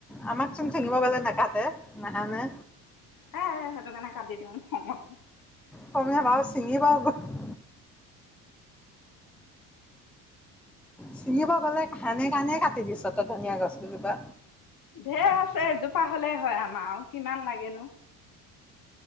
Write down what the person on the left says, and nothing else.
হে সেইটো কাৰণে কাটি দিওঁ। খঙত
ধেৰ আছে এজোপা হ'লেই হয় আমাৰ কিমান লাগেনো।